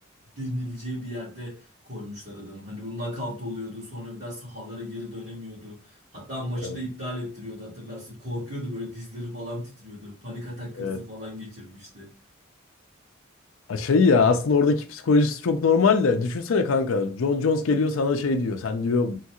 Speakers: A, on the right; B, on the left.
A: denileceği bir yerde koymuşlar adamı. Hani bu knockout oluyordu sonra bir daha sahalara geri dönemiyordu. Hatta maçı
B: Evet,
A: da iptal ettiriyordu hatırlarsın. Korkuyordu böyle dizleri falan titriyordu. Panik atak krizi
B: evet.
A: falan geçirmişti.
B: Ha Şey ya aslında oradaki psikolojisi çok normal de düşünsene kanka John Jones geliyor sana şey diyor sen diyor